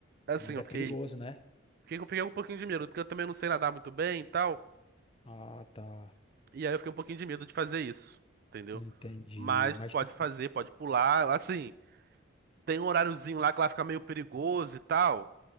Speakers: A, on the right; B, on the left.
A: Assim,
B: Mas
A: eu
B: é
A: fiquei,
B: perigoso, né?
A: fiquei, eu fiquei um pouquinho de medo, porque eu também não sei nadar muito bem e tal,
B: Ah, tá.
A: e aí eu fiquei um pouquinho de medo de fazer isso, entendeu?
B: Entendi.
A: Mas
B: Mas
A: tu pode
B: tu.
A: fazer, pode pular, assim. Tem um horáriozinho lá que lá fica meio perigoso e tal.